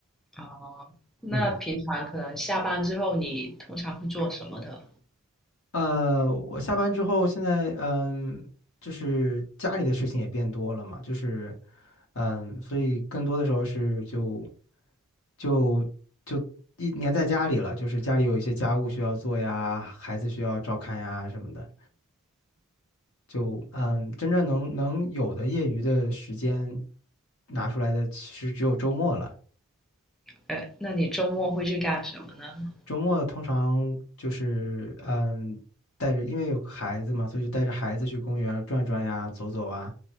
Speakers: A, in the centre; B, on the left.
A: 哦，那平常可能下班之后你通常会做什么的？
B: 嗯。呃，我下班之后，现在嗯，就是家里的事情也变多了嘛，就是嗯，所以更多的时候是就就就一黏在家里了，就是家里有一些家务需要做呀，孩子需要照看呀什么的，就嗯，真正能能有的业余的时间拿出来的，其实只有周末了。
A: 哎，那你周末会去干什么呢？
B: 周末通常就是嗯，带着因为有个孩子嘛，所以就带着孩子去公园儿转转呀、走走啊，